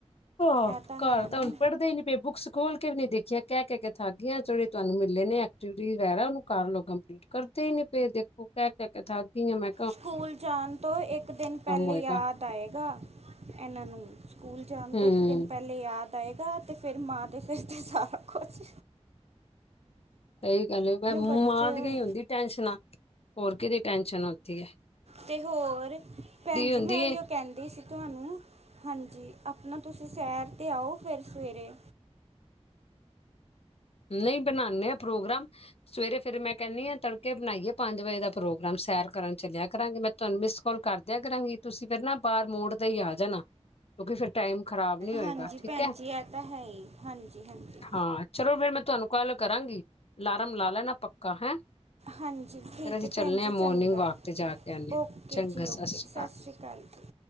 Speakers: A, on the left; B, on the right.
A: ਹਾਂ,
B: ਇਹ ਹੈ
A: ਘਰ
B: ਨਾ
A: ਤਾਂ ਹੁਣ ਪੜ੍ਹਦੇ ਹੀ ਨੀ ਪਏ ਬੁੱਕਸ ਖੋਲ ਕੇ ਵੀ ਨੀ ਦੇਖੀਆਂ ਕਹਿ -ਕਹਿ ਕੇ ਥੱਕ ਗੀਆਂ ਜਿੜੇ ਤੁਹਾਨੂੰ ਮਿਲੇ ਨੇ ਐਕਵਟੀਵੀਟੀ ਵਗੈਰਾ ਉਹਨੂੰ ਕਰ ਲਓ ਕੰਮਪਲੀ- ਕਰਦੇ ਹੀ ਨੀ ਪਏ ਦੇਖੋ ਕਹਿ -ਕਹਿ ਕੇ ਠੱਕ ਗੀਆ ਮੈ।
B: ਸਕੂਲ ਜਾਣ ਤੋਂ ਇੱਕ ਦਿਨ ਪਹਿਲੇ
A: ਹੋਏਗਾ
B: ਯਾਦ ਤਾ ਆਏਗਾ ਐਨਾਂ ਨੂੰ ਸਕੂਲ ਜਾਣ
A: ਹੂੰ
B: ਤੋਂ ਇੱਕ ਦਿਨ ਪੈਲੇ ਯਾਦ ਆਏਗਾ ਤੇ ਫਿਰ ਮਾਂ ਦੇ ਸਿਰ ਤੇ ਸਾਰਾ ਕੋਛ
A: ਸਈ ਗੱਲ ਏ। ਮੈਂ ਮਾਂ
B: ਬੱਚੇ
A: ਦੀਅ
B: ਹੁਣ
A: ਯੋ ਈ ਹੁੰਦੀ ਟੈਨਸ਼ਨਾਂ। ਹੋਰ ਕਿਦੀ ਟੈਂਸ਼ਨਸ਼ਨ ਓਥੇ
B: ਤੇ ਹੋਰ। ਭੈਣ ਜੀ
A: ਹੁੰਦੀ
B: ਮੈਂ ਓਈਯੋ
A: ਹੈ
B: ਕੈਂਦੇ ਸੀ ਤੁਆਨੂੰ ਹਾਂਜੀ ਆਪਣਾ ਤੁਸੀਂ ਸੈਰ 'ਤੇ ਆਓ ਫਿਰ ਸਵੇਰੇ।
A: ਨਈ ਬਨਾਂਨੇ ਆਂ ਪ੍ਰੋਗਰਾਮ। ਸਵੇਰੇ ਫੇਰ ਮੈਂ ਕੈਂਨੀਂ ਆਂ ਤੜਕੇ ਬਨਾਈਏ ਪੰਜ ਵਜੇ ਦਾ ਪ੍ਰੋਗਰਾਮ, ਸੈਰ ਕਰਨ ਚੱਲਿਆ ਕਰਾਂਗੇ। ਮੈਂ ਤੁਆਨੂੰ ਮਿਸ ਕੌਲ ਕਰਦਿਆਂ ਕਰਾਂਗੀ। ਤੁਸੀ ਫੇਰ ਨਾ ਬਾਰ ਮੋੜ ਤੇ ਹੀ ਆ ਜਾਨਾ। ਕਿਉਂਕਿ ਫੇਰ ਟਾਈਮ ਖਰਾਬ ਨੀ ਹੋਏਗਾ,
B: ਹਾਂਜੀ
A: ਠੀਕ
B: ਭੈਣ
A: ਐ।
B: ਜੀ ਇਹ ਤਾਂ ਹੈ ਹੀ ਹਾਂਜੀ ਹਾਂਜੀ
A: ਹਾਂ। ਚਲੋ ਫੇਰ ਮੈਂ ਤੁਆਨੂੰ ਕਾੱਲ ਕਰਾਂਗੀ। ਅਲਾਰਮ ਲਾ ਲੈਣਾ ਪੱਕਾ, ਹੈਂ।
B: ਹਾਂਜੀ ਠੀਕ
A: ਫੇਰ ਅਸੀ
B: ਹੈ
A: ਚੱਲਨੇ
B: ਭੈਣ ਜੀ
A: ਆਂ ਮੋਰਨਿੰਗ
B: ਚੰਗਾ
A: ਵਾਕ ਤੇ ਜਾ ਕੇ ਆਨੇਂ ਆ।
B: ਓਕੇ
A: ਚੰਗਾ
B: ਜੀ ਓਕੇ
A: ਸਸ ਸ੍ਰੀ
B: ਸਤਿ
A: ਕਾਲ।
B: ਸ਼੍ਰੀ ਅਕਾਲ ਜੀ